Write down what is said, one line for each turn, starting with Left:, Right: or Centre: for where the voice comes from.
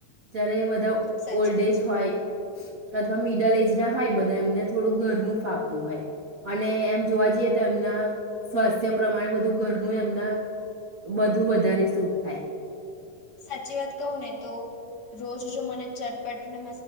Right: જ્યારે બધા
Left: સાચી
Right: ઓલ્ડ
Left: વાત
Right: એજ
Left: છે.
Right: હોય અથવા મિડલ એજ ના હોય બધા એમને થોડું ઘરનું ફાવતું હોય અને જોવા જઈએ તો એમના સ્વાસ્થ્ય પ્રમાણે બધું ઘરનું એમના બધું વધારે સૂટ થાય.
Left: સાચી વાત કહું ને તો રોજ જો મને ચટપટને